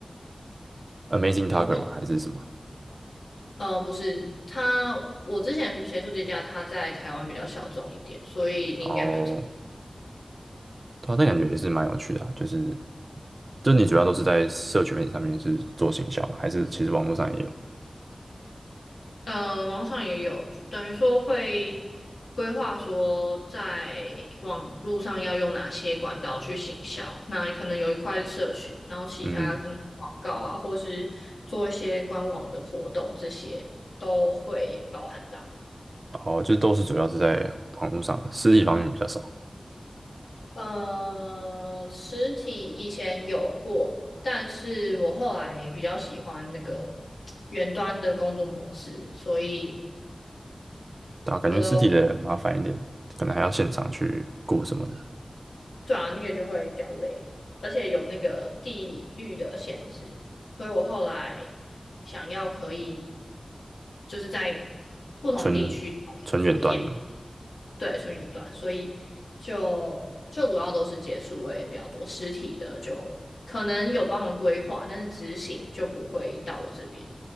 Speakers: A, on the right; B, on the left.
A: ？Amazing Talker
B: 不是，
A: 吗？还是什么？
B: 呃，不是，他我之前协助这家，他在台湾比较小众一点，所以你应该没有听。
A: 哦，对啊，但感觉也是蛮有趣的啊就是，就你主要都是在社群媒体上面是做行销吗还是其实网络上也有？
B: 呃，网络上也有，等于说会规划说在网络上要用哪些管道去行销。那可能有一块是社群，然后其他可能广告啊，
A: 嗯。
B: 或是做一些官网的活动，这些都会包含到。
A: 哦，就都是主要是在网络上的，实体方面比较少，
B: 呃，实体以前有过，但是我后来比较喜欢那个远端的工作模式，所以。
A: 对啊，感觉实体的麻烦一点，
B: 我都。
A: 可能还要现场去雇什么的，
B: 对啊，那个就会比较累，而且有那个地域的限制，所以我后来想要可以就是在不同地区做一样，
A: 纯纯远端的。
B: 对，纯远端，所以就就主要都是结束位比较多，实体的就可能有帮忙规划，但是执行就不会到我这边。